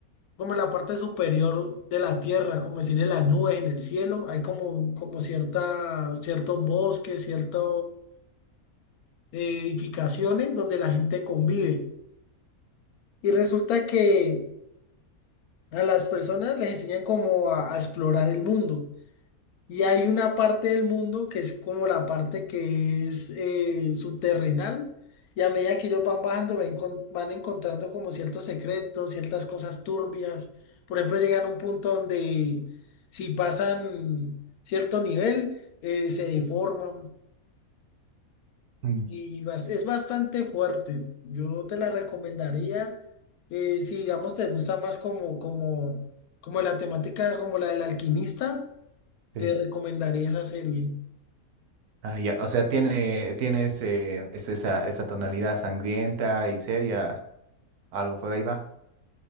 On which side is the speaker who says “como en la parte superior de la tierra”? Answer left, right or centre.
Left